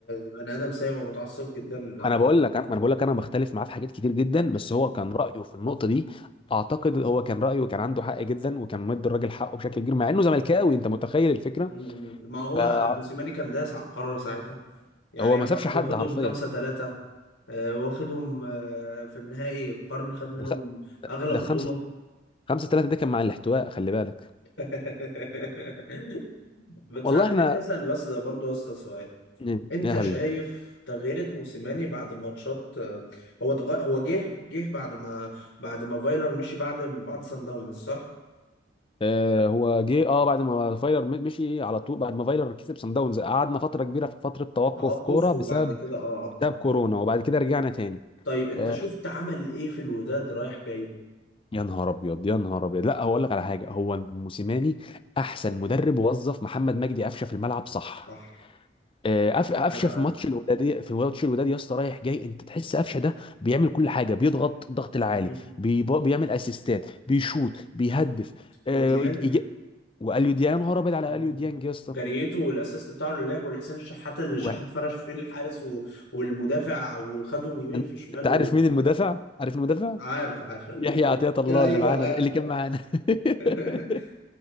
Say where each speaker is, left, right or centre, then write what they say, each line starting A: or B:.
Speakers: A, on the left; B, on the left.
A: بني ادم سيء ومتعصب جدا
B: ما
A: على
B: انا بقول
A: فكره
B: لك انا ما انا بقول لك انا بختلف معاه في حاجات كتير جدا بس
A: م-
B: هو كان رايه في النقطه دي اعتقد هو كان رايه كان عنده حق جدا وكان مدي الراجل حقه بشكل كبير مع انه زملكاوي انت متخيل الفكره
A: م- ما هو
B: فهو
A: موسيماني كان داس على القاره ساعتها يعني
B: ما
A: واحد
B: سابش حد
A: واخدهم
B: حرفيا
A: خمسة ثلاثة واخدهم آه، في النهائي القرن خد منهم
B: ده خ...
A: أغلى بطولة
B: ده خمسه خمسه ثلاثه ده كان مع الاحتواء خلي بالك
A: <laughs> بس
B: <laughs> والله
A: أنا
B: احنا
A: عايز أسأل بس برضو يا أسطى سؤال
B: ايه
A: انت
B: يا حبيبي
A: شايف تغييرة موسيماني بعد ماتشات آه، هو تغ... هو جه جه بعد ما بعد ما فايلر مشي بعد بعد سان داونز صح؟
B: آه هو جه اه بعد ما فايلر م- مشي على طول بعد ما فايلر كسب سان داونز قعدنا فتره كبيره في فتره توقف
A: بتوقف
B: كوره
A: وبعد
B: بسبب
A: كده اه اه
B: بسبب كورونا وبعد كده رجعنا تاني
A: طيب انت
B: آه،
A: شفت عمل ايه في الوداد رايح جاي؟
B: يا نهار ابيض يا نهار ابيض لا هقول لك على حاجه هو موسيماني احسن مدرب وظف محمد مجدي قفشه في الملعب صح
A: صح
B: آه، قف- قفشه
A: جدع
B: في
A: عارف.
B: ماتش الوداد في ماتش الوداد يا اسطى رايح جاي انت تحس قفشه ده بيعمل كل حاجه بيضغط الضغط العالي
A: مم.
B: بي- بيعمل اسيستات بيشوط بيهدف آه،
A: وديانج
B: إج- إج- واليو ديانج يا نهار ابيض على
A: مم.
B: اليو ديانج يا اسطى
A: جريته والاسيست بتاعه اللي لعبه لحسين الشحات اللي شحات
B: و-
A: فرش فيه الحارس و... والمدافع وخدهم يمين
B: أن-
A: في شمال
B: انت عارف مين المدافع؟ عارف المدافع؟
A: وعارف عارف عارف.
B: يحيى
A: <laughs>
B: عطية الله
A: ايوه
B: اللي معانا
A: عارف
B: ده- اللي كان معانا <laughs>
A: <laughs>